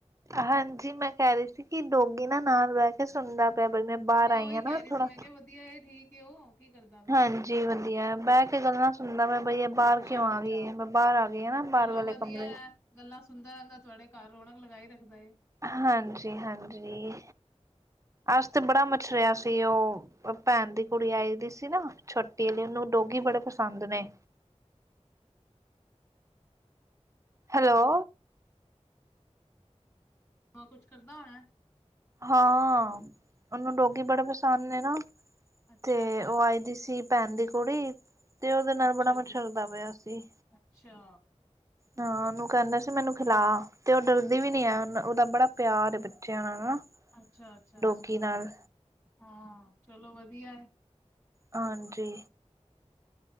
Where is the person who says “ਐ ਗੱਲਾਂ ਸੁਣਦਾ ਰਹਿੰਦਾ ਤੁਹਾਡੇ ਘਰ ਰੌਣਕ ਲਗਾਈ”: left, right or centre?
Left